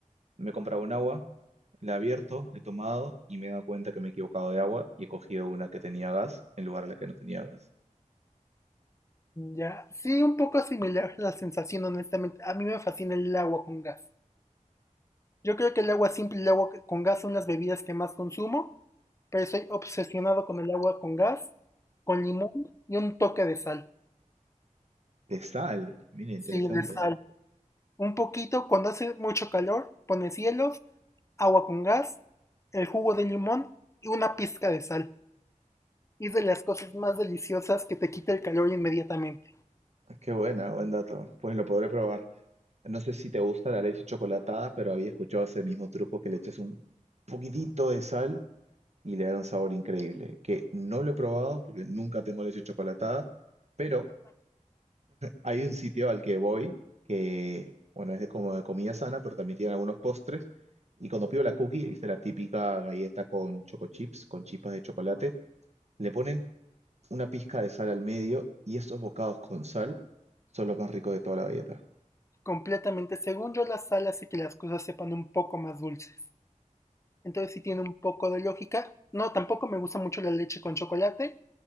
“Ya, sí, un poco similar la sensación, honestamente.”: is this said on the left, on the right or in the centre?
Left